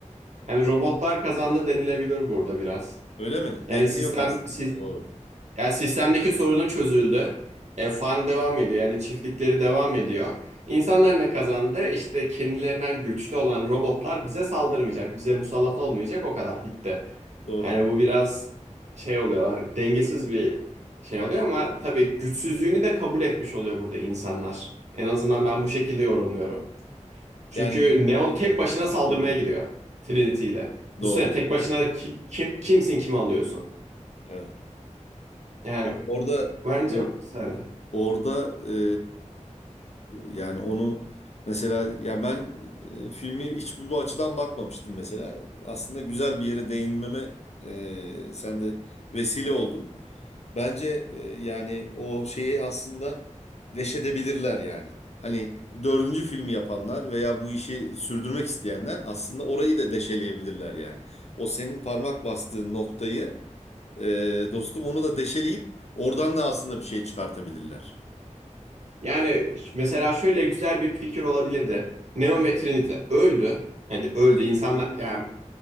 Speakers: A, on the right (about 60°); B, on the left (about 60°).
A: Yani robotlar kazandı denilebilir burada biraz.
B: Öyle mi?
A: Yani
B: Denge
A: sistem
B: yok aslında.
A: si-
B: Doğru.
A: yani sistemdeki sorunu çözüldü. E, farm devam ediyor. Yani çiftlikleri devam ediyor. İnsanlar ne kazandı? İşte kendilerinden güçlü olan robotlar bize saldırmayacak. Bize musallat olmayacak. O kadar bitti.
B: Doğru.
A: Yani bu biraz şey oluyor. Dengesiz bir şey oluyor ama tabii güçsüzlüğünü de kabul etmiş oluyor burada insanlar. En azından ben bu şekilde yorumluyorum. Çünkü
B: Yani güç.
A: Neon tek
B: Heh,
A: başına saldırmaya
B: Doğru.
A: gidiyor Trinity ile. Düşünsene
B: Doğru.
A: tek başına ki- kim, kimsin kimi alıyorsun.
B: Evet.
A: Yani
B: Orada
A: bence
B: or-
A: mesela.
B: Orada e, yani onu mesela ya ben e, filmi hiç bu bu açıdan bakmamıştım mesela. Aslında güzel bir yere değinmeme e, sen de vesile oldun. Bence e, yani o şeyi aslında deşedebilirler yani. Hani dördüncü filmi yapanlar veya bu işi sürdürmek isteyenler aslında orayı da deşeleyebilirler yani. O senin parmak bastığın noktayı e, dostum onu da deşeleyip oradan da aslında bir şey çıkartabilirler.
A: Yani mesela şöyle güzel bir fikir olabilirdi. Neo ve Trinity öldü. Hadi öldü insanlar yani